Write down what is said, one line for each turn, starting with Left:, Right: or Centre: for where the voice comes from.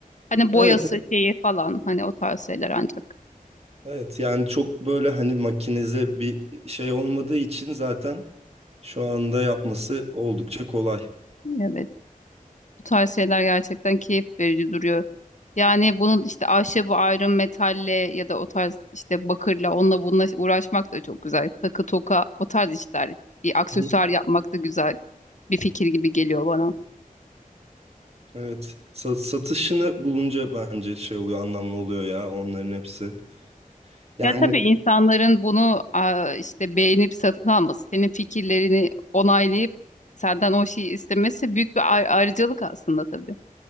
Left: Hani
Right: Evet,
Left: boyası
Right: evet,
Left: şeyi falan hani o tarz şeyler ancak.
Right: evet. Yani çok böyle hani makinize bir şey olmadığı için zaten şu anda yapması oldukça kolay.
Left: Evet. Bu tarz şeyler gerçekten keyif verici duruyor. Yani bunun işte ahşabı ayrı metalle ya da o tarz işte bakırla onunla bununla uğraşmak da çok güzel. Takı toka o tarz işler. Bir aksesuar
Right: Hı.
Left: yapmak da güzel. bir fikir gibi geliyor bana.
Right: Evet. Sa- satışını bulunca bence şey oluyor, anlamlı oluyor ya onların hepsi. Yani
Left: Ya tabii insanların bunu aa, işte beğenip satın alması, senin fikirlerini onaylayıp senden o şeyi istemesi büyük bir ay- ayrıcalık aslında tabii.